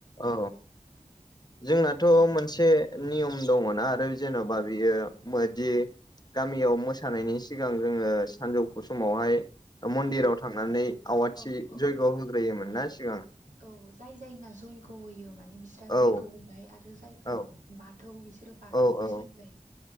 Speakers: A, on the left (about 30°); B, on the right (about 65°).
A: औ जोंनाथ' मोनसे नियम। दङ' ना आरो जेन'बा बियो मादि गामियाव मोसानायनि। सिगां जोङो सानजौफु समावहाय। मन्दिराव
B: औ
A: थांनानै आवाथि
B: औ औ
A: जयग' होग्रोयोमोन ना सिगां
B: औ जाय जायना जयग' होयो माने बिस्रा जैग'
A: औ
B: होबाय आरो जायफ्रा
A: औ
B: बाथौ बिसोर बिसोरो बाथौ
A: औ
B: फुजा
A: औ
B: होबाय